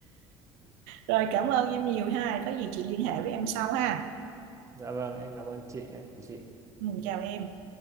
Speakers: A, on the right (about 80°); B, on the right (about 25°).
A: Rồi cảm ơn em nhiều ha, có gì chị liên hệ với em sau ha.
B: Dạ vâng, em cảm ơn chị, em chào chị.
A: Ừ, chào em.